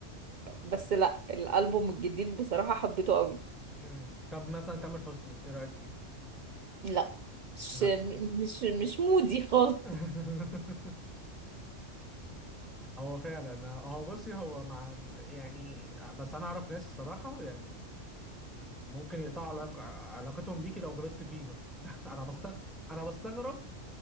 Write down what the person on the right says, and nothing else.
بس لا الألبوم الجديد بصراحة حبيته قوي
لا مش
مش مش مودي خالص